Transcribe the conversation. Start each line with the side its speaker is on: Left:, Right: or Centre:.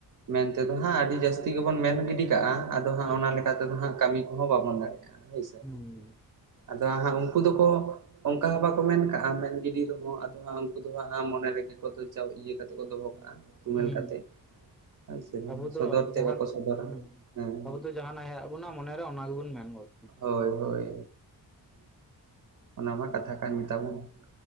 Right: ᱢᱮᱱᱛᱮᱫᱚ ᱦᱟᱸᱜ ᱟᱹᱰᱤ ᱡᱟᱹᱥᱛᱤ ᱜᱮᱵᱚᱱ ᱢᱮᱱ ᱜᱤᱰᱤ ᱠᱟᱜᱼᱟ ᱟᱫᱚ ᱦᱟᱸᱜ
Centre: ᱦᱩᱸ
Right: ᱚᱱᱟ ᱞᱮᱠᱟ ᱛᱮᱫᱚ ᱦᱟᱸᱜ ᱠᱟᱹᱢᱤ ᱠᱚᱦᱚᱸ ᱵᱟᱵᱚᱱ ᱫᱟᱲᱮᱭᱟᱜᱼᱟ ᱾ ᱦᱳᱭᱥᱮ,
Centre: ᱦᱩᱸ
Right: ᱟᱫᱚ ᱦᱟᱸᱜ ᱩᱱᱠᱩ ᱫᱚᱠᱚ ᱚᱱᱠᱟ ᱠᱚ ᱢᱮᱱ ᱠᱟᱜᱼᱟ, ᱢᱮᱱ ᱜᱤᱰᱤ ᱨᱮᱦᱚᱸ ᱟᱫᱚ ᱦᱟᱸᱜ ᱩᱱᱠᱩ ᱫᱚ ᱦᱟᱸᱜ ᱢᱚᱱᱮ ᱨᱮᱜᱮ ᱠᱚ ᱤᱭᱟᱹ ᱠᱟᱛᱮ ᱠᱚ ᱫᱚᱦᱚ ᱠᱟᱜᱼᱟ ᱾ ᱛᱩᱢᱮᱞ
Centre: ᱦᱩᱸ
Right: ᱠᱟᱛᱮᱜ, ᱦᱳᱭ ᱥᱮ ᱵᱟᱝ
Centre: ᱟᱵᱚ ᱫᱚ
Right: ᱥᱚᱫᱚᱨ ᱛᱮ
Centre: ᱡᱟᱦᱟᱱ
Right: ᱵᱟᱠᱚ ᱥᱚᱫᱚᱨᱟ
Centre: ᱦᱩᱸ
Right: ᱦᱮᱸ ᱾
Centre: ᱟᱵᱚ ᱡᱟᱦᱟᱱᱟᱜ ᱦᱮᱡᱼᱟ ᱵᱚᱱᱟ ᱢᱚᱱᱮᱨᱮ ᱚᱱᱟ ᱜᱮᱵᱚᱱ ᱢᱮᱱ ᱜᱚᱫ ᱾
Right: ᱦᱳᱭ ᱦᱳᱭ, ᱚᱱᱟ ᱢᱟ ᱠᱟᱛᱷᱟ ᱠᱟᱱ ᱜᱮᱛᱟᱵᱚᱱ ᱾